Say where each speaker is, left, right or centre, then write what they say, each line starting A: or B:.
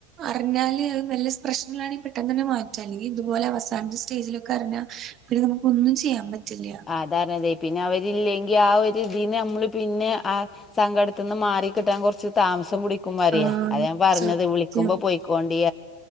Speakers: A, on the right; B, on the left.
A: അർഞ്ഞാല് അത് പ്രശ്നള്ളാണെങ്കി പെട്ടെന്നനെ മാറും മറ്റെ അല്ലെങ്കി ഇത്പോലെ അവസാനെത്തെ സ്റ്റേജ്ലൊക്കെ അറിഞ്ഞാ പിന്നെ നമുക്ക് ഒന്നും ചേയ്യാൻ പറ്റില്ല
B: അതാർഞ്ഞതെ പിന്നവരില്ലെങ്കി ആഹ് ഒര് ഇതിനെ അമ്മള് പിന്നെ ആഹ്. സങ്കട്ത്ത്ന്ന് മാറി കിട്ടാൻ കൊർച്ച് താമസം പുടി ക്കുംമ്മറിയ
A: ആഹ്
B: അതഞാൻ പർഞ്ഞത്
A: സത്യം.
B: വിളിക്കുമ്പൊ പൊയ്ക്കോണ്ടീ